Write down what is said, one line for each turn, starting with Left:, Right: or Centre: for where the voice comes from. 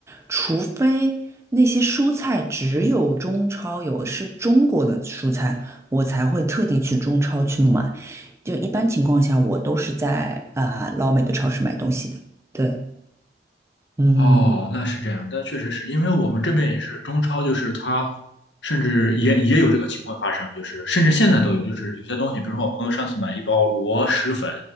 Right: 除非那些蔬菜只有中超有，是中国的蔬菜，我才会特地去中超去买。就一般情况下，我都是在啊、呃老美的超市买东西的。对，嗯。
Left: 哦，那是这样，那确实是因为我们这边也是中超，就是它甚至也也有这个情况发生，就是甚至现在都有，就是有些东西，比如说我朋友上次买一包螺蛳粉，